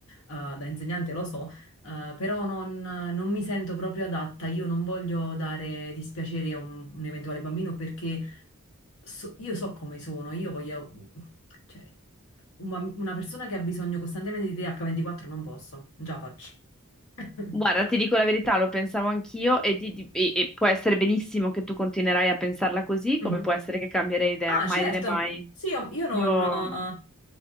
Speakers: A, on the left (about 70°); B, in the centre.
A: Eh, da insegnante lo so, eh, però non, non mi sento proprio adatta, io non voglio dare dispiacere a un, un eventuale bambino perché so- io so come sono, io voglio... cioè, un bam- una persona che ha bisogno costantemente di te H24 non posso, non ce la faccio. <laughs>
B: Guarda, ti dico la verità, lo pensavo anch'io e, ti- ti- e- e può essere benissimo che tu continuerai a pensarla così, come
A: Mhm.
B: può essere che cambierei idea,
A: Ah,
B: mai
A: certo,
B: dire mai.
A: sì, io, io non,
B: Io...
A: eh,